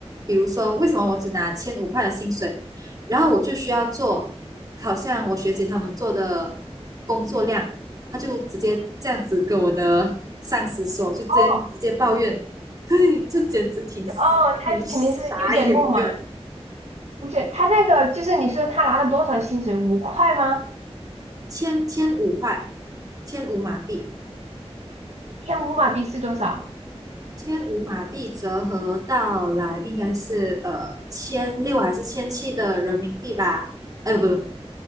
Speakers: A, on the right (about 35°); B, on the right (about 75°).
A: 比如说为什么我只拿千五块的薪水，然后我就需要做好像我学姐他们做的工作量，他就直接这样子跟我的上司说，就直接直接抱怨。
B: 哦，
A: 对，这简直挺
B: 哦他肯定是有点不满，
A: 挺傻眼的。
B: 不是他那个，就是你说他拿了多少薪水？五块吗？
A: 千千五块，千五马币，
B: 天五马币是多少？
A: 千五马币折合到来应该是呃千六还是千七的人民币吧？哎，不不，